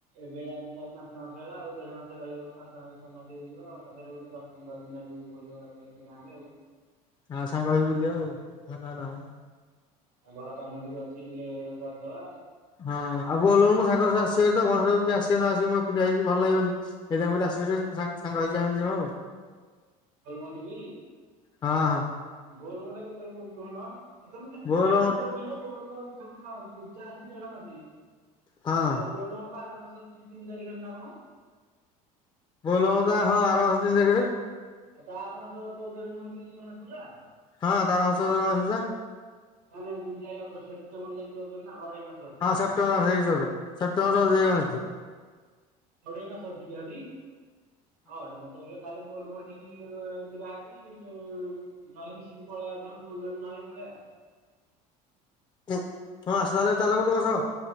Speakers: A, on the right; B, on the left.
A: ଏବେ ଯାଇନି ଚାରି ପାଞ୍ଚ ମାସ ହେଲା ଆଉ ଦେଢ଼ ମାସ ରହିଗଲେ ପାଞ୍ଚ ମାସେ ଛଅ ମାସେ ହେଇଯିବ ଆ ପନ୍ଦରରେ <unintelligible> ତ ପନ୍ଦର ଦିନିଆ ଟୁର୍ ପଡିଗଲା ପରେ ଏବେ ଗାଁରେ ଆଉ।
B: ହଁ ସାଙ୍ଗ ହେଇ ବୁଲିବା ଆଉ ହଁ ନା ନାମ।
A: ଆଉ ଘର କାମ ଟିକେ ଅଛି ଟିକେ କରିଦବା।
B: ହଁ ଆଉ ବୋଲ ବୋମକୁ ମୋ ସାଙ୍ଗସବୁ ଆସିବେ ତ ଗଣେଶ ପୂଜାକୁ କିଏ ଆସିବେ ନ ଆସିବେ ମୁଁ ଏକୁଟିଆ ହେଇଯିବି ଭଲ ଲାଗିବନି। ଏଇଥିପାଇଁ ମୁଁ କହିଲି ଆସିବେ ଯେ ସେ ସା ସାଙ୍ଗ ହେଇଯିବା ଆମେ ଦିଜଣ ଆଉ।
A: ବୋଲବମ ଦେଖି
B: ହଁ ହଁ
A: ବୋଲବମଟା କେତେବେଳେ ପଡୁଛି କହୁନ? ଆଉ ତମେ କେତେ
B: ବୋଲବମ
A: ପାଳି ଯାଉଚ କୋହୁନ ବୋଲବମ୍ ତମର ପୂଜା ଅଛି ଦେଢ ମାସ।
B: ହଁ
A: ଆଉ ବୋଲବମ ପା ଆଗ ମାସ ତି ତିନି ତାରିଖରେ ନା କଣ?
B: ବୋଲବମ ତା ହଁ ଆର ମାସ ତିନି ତାରିଖରେ।
A: ଆଉ ତା ଆର ମାସ ଚୋଉଦରେ ନୁହେଁ କି ଗଣେଷ ପୂଜା?
B: ହଁ ତାର ହସ <unintelligible> ଗଣେଷ ପୂଜା।
A: ହଁ ନାଇ ଜୁଲାଇ ଅଗଷ୍ଟ ସେପ୍ଟେମ୍ବର ଯାଇକି ଚୋଉଦରେ ନା ଅଢେଇ ମାସ ଅଛି।
B: ହଁ ସେପ୍ଟେମ୍ବର ମାସ ଯାଇକି ଚୋଉଦ ସେପ୍ଟେମ୍ବର
A: ଆଚ୍ଛା
B: ଯାଇ ଗଣେଶ ପୂଜା।
A: ଅଢେଇ ମାସ ଅଛିିକି ଆଜି ହଁ ଅଢେଇ ମାସ ହେଲେ ତାହେଲେ ବୋଲବମ୍ ଠିକି ଯିବା ଆଜି ବୋଲ ନହେଲେ ମିଶିକି ପଳେଇବା ଏଥର ବୁଲେରେ ନହେଲେ ପଳେଇଆ।
B: ହଁ ଆସ ତାହେଲେ ଚାଲ ଗୋଟେ ବର୍ଷ।